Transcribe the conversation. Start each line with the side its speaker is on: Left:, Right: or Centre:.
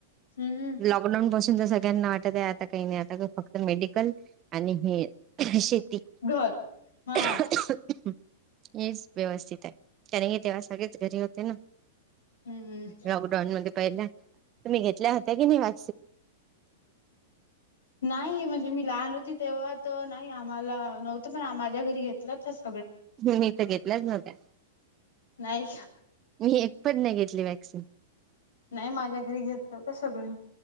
Left: हम्म
Right: लॉकडाऊन पासून सगळ्यांना वाटत आता काही आता फक्त मेडिकल आणि हे शेती
Left: घर हा
Right: <unintelligible> हेच व्यवस्थित आहे, कारण हे तेव्हा सगळेच घरी होते ना.
Left: हम्म
Right: लॉकडाऊन मध्ये पहिल्या तुम्ही घेतल्या होत्या की नाही वा
Left: नाही म्हणजे मी लहान होते. तेव्हा तो नाही आम्हाला नव्हतं पण माझ्या घरी घेतलंचस
Right: मी तर घेतलंच नव्हत्या.
Left: नाही
Right: मी एकपण नाही घेतली वॅक्सिन.
Left: नाही माझ्या घरी घेतलं होत सगळे मिळून